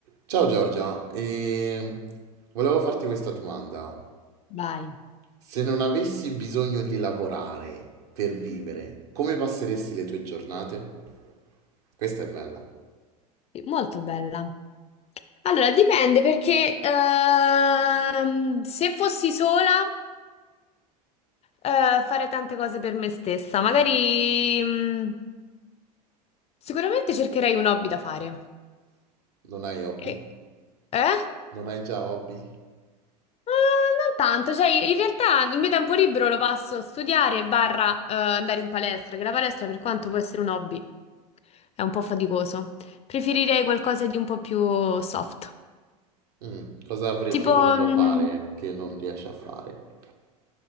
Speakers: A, on the right; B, on the left.
A: Ciao Giorgia, e volevo farti questa domanda.
B: Vai,
A: Se non avessi bisogno di lavorare per vivere, come passeresti le tue giornate? Questa è bella.
B: molto bella. Allora, dipende perché ehm, se fossi sola eh, fare tante cose per me stessa, magari mm, sicuramente cercherei un hobby da fare.
A: Non hai hobby?
B: E- eh?
A: Non hai già hobby?
B: Eh, non tanto, cioè in realtà il mio tempo libero lo passo a studiare barra eh, andare in palestra, che la palestra per quanto può essere un hobby è un po' faticoso. Preferirei qualcosa di un po' più soft.
A: Mm, cosa avresti
B: Tipo,
A: voluto
B: mm,
A: fare che non riesci a fare?